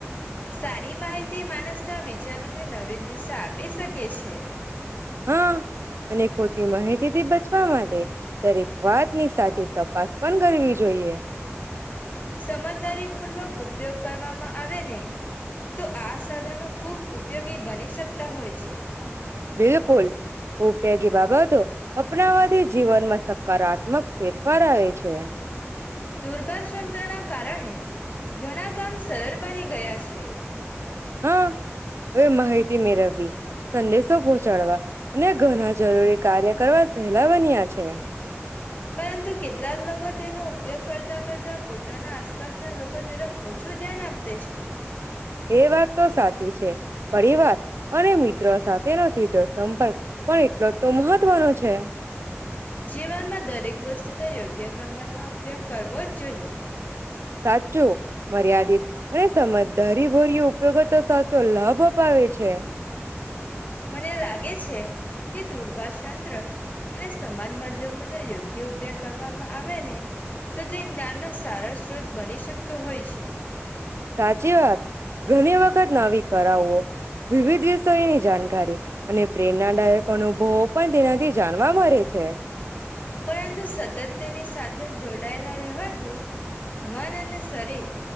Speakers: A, on the left (about 35°); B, on the right (about 65°).
A: સારી માહિતી માણસના વિચારોને નવી દિશા આપી શકે છે.
B: હા, અને ખોટી માહિતી થી બચ વા માટે દરેક વાતની સાચી તપાસ પણ કરવી જોઈએ.
A: સમજદારી પૂર્વક ઉપયોગ કરવામાં આવે ને તો આ સાધનો ખુબ ઉપયોગી બની શકતા હોય છે.
B: બિલકુલ. ઉપયોગી બાબતો. અપનાવાથી જીવનમાં. સકારાત્મક ફેરફાર આવે છે.
A: દુર્ભાશયંત્ર ના કારણે ઘણા કામ સરળ બની ગયા છે.
B: હા, હવે માહિતી મેળવવી, સંદેશો પહોંચાડવા અને ઘણા જરૂરી કાર્ય કરવા પહેલા બન્યા છે.
A: પરંતુ કેટલાક લોકો તેનો ઉપયોગ કરતા કરતા પોતાના આસપાસના લોકો તરફ ઓછું ધ્યાન આપે છે.
B: એ વાત તો સાચી છે, પરિવાર અને મિત્રો સાથેનો સીધો સંપર્ક પણ એટલો તો મહત્વનો છે.
A: જીવનમાં દરેક વસ્તુનો યોગ્ય પ્રમાણમાં ઉપયોગ કરવો જ જોઈએ.
B: સાચો, મર્યાદિત અને સમજદારી ભર્યો. ઉપયોગોતો સાચો લાભ અપાવે છે.
A: મને લાગે છે કે દુર્ભાષંત્ર અને સમાજમાં જે યોગ્ય ઉપયોગ કરવામાં આવે ને તો તે જ્ઞાનનો સારો સ્ત્રોત બની શકતો હોય છે.
B: સાચી વાત ઘણી વખત નવી કળાઓ, વિવિધ વિષયની જાણકારી. જાણકારી અને પ્રેરણાદાયક અનુભવ પણ તેનાથી જાણવા મળે છે.
A: પરંતુ સતત તેની સાથે જોડાયેલા રહેવાથી મન અને શરીર